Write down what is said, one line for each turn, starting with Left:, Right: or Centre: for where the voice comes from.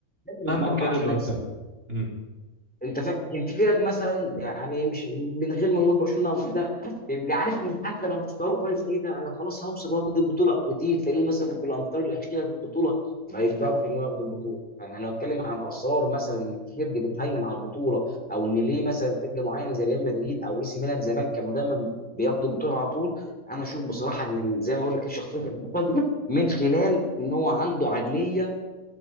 Centre: نازل
Right: مهما
Centre: النهارده
Right: كان
Centre: عشان
Right: اللي قدام
Centre: اكسب
Right: امم
Centre: انت فاهم كان في فرق مثلا يعني مش من غير ما نقول برشلونه او كده بيبقى عارف ان حتى لو مستواه كويس ايه ده انا خلاص هوصل واخد البطوله وتيجي تلاقيه مثلا في الامتار الاخيره في البطوله ما يقدرش انه ياخد البطوله يعني انا بتكلم عن اسرار مثلا ان في فرقه بتهيمن على البطوله او ان ليه مثلا فرقه معينه زي ريال مدريد او اي سي ميلان زمان كانوا دايما بياخدوا البطوله على طول انا اشوف بصراحه ان زي ما اقول لك ايه شخصيه البطل من خلال ان هو عنده عقليه